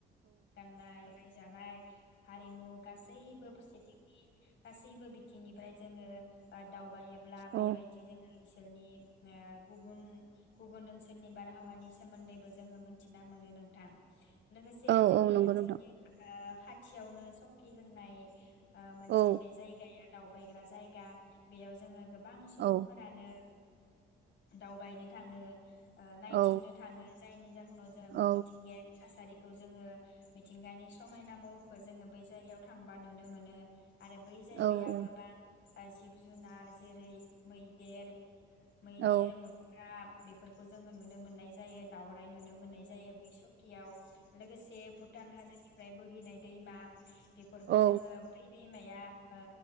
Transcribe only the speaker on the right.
औ
औ
औ नंगौ
नोंथां
औ
औ
औ
औ
औ
औ
औ
औ औ